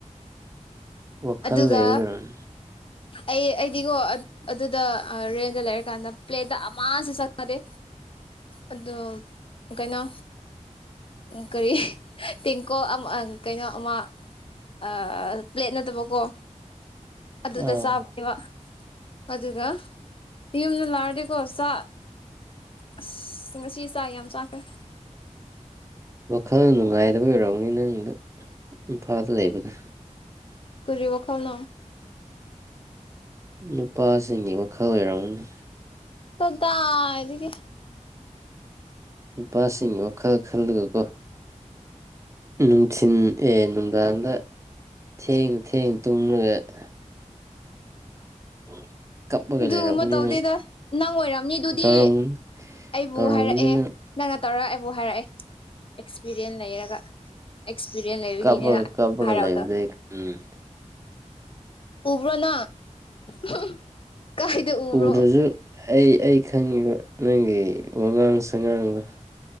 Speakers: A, on the right; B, on the left.
A: ꯋꯥꯈꯜ
B: ꯑꯗꯨꯒ
A: ꯂꯩꯕꯩ ꯑꯣꯏꯔꯝ
B: ꯑꯩ ꯑꯩꯗꯤꯀꯣ ꯑꯗꯨꯗ ꯑꯥ ꯔꯦꯟꯗ ꯂꯩꯔꯀꯥꯟꯗ ꯄ꯭ꯂꯦꯠꯇ ꯑꯃꯁꯨ ꯆꯥꯛ ꯆꯥꯗꯦ ꯑꯗꯨ ꯀꯩꯅꯣ ꯑꯝ ꯀꯔꯤ ꯍ ꯇꯦꯡꯀꯣ ꯑꯝ ꯑꯪ ꯀꯩꯅꯣ ꯑꯃ ꯑꯥ ꯄ꯭ꯂꯦꯠ ꯅꯠꯇꯕ ꯀꯣ ꯑꯗꯨꯗ
A: ꯑꯥ
B: ꯆꯥꯕꯅꯦꯕ ꯑꯗꯨꯒ ꯌꯨꯝꯗ ꯂꯥꯛꯑꯗꯤꯀꯣ ꯆꯥꯛ ꯑꯁ ꯉꯁꯤ ꯆꯥꯛ ꯌꯥꯝ ꯆꯥꯈ꯭ꯔꯦ
A: ꯋꯥꯈꯜ ꯅꯨꯡꯉꯥꯏꯗꯕꯩ ꯑꯣꯏꯔꯝꯅꯤ ꯅꯪꯗꯨ ꯏꯝꯐꯥꯜꯗ ꯂꯩꯕꯗꯨ
B: ꯀꯔꯤ ꯋꯥꯈꯜꯅꯣ
A: ꯅꯨꯄꯥꯁꯤꯡꯒꯤ ꯋꯥꯈꯜ ꯑꯣꯏꯔꯝꯒꯅꯤ
B: ꯀꯗꯥꯏꯗꯒꯤ
A: ꯅꯨꯄꯥꯁꯤꯡꯒꯤ ꯋꯥꯈꯜ ꯈꯜꯂꯒꯀꯣ ꯍ ꯅꯨꯡꯊꯤꯟ ꯑꯦ ꯅꯨꯡꯗꯥꯡꯗ ꯊꯦꯡ ꯊꯦꯡ ꯇꯨꯝꯔꯒ ꯍ <inaudible>
B: ꯑꯗꯨꯒꯨꯝ
A: ꯂꯩꯔꯝꯒꯅꯤ
B: ꯇꯧꯗꯦꯗ
A: ꯅꯪ
B: ꯅꯪ ꯑꯣꯏꯔꯝꯅꯤ ꯑꯗꯨꯗꯤ
A: ꯇꯧꯔꯝꯒꯅꯤ
B: ꯑꯩꯕꯨ
A: ꯇꯧꯔꯝꯒꯅꯤ
B: ꯍꯥꯏꯔꯛꯑꯦ
A: ꯅꯪ
B: ꯅꯪꯅ ꯇꯧꯔꯒ ꯑꯩꯕꯨ ꯍꯥꯏꯔꯛꯑꯦ ꯑꯦꯛꯁꯄꯤꯔꯤꯌꯦꯟ ꯂꯩꯔꯒ ꯑꯦꯛꯁꯄꯤꯔꯤꯌꯦꯟꯁ ꯂꯩꯕꯒꯤꯅꯦꯅ
A: ꯀꯞꯄꯒ ꯀꯞꯄꯒ
B: ꯍꯥꯏꯔꯥꯎꯗꯣ
A: ꯂꯩꯕꯗꯩ ꯎꯝ
B: ꯎꯕ꯭ꯔꯣꯅ ꯑꯍꯝꯍꯝ ꯀꯥꯏꯗ ꯎꯕ꯭ꯔꯣ
A: ꯎꯗ꯭ꯔꯁꯨ ꯑꯩ ꯑꯩ ꯈꯪꯉꯤꯕ ꯅꯪꯒꯤ ꯋꯥꯉꯥꯡ ꯁꯉꯥꯡꯗꯣ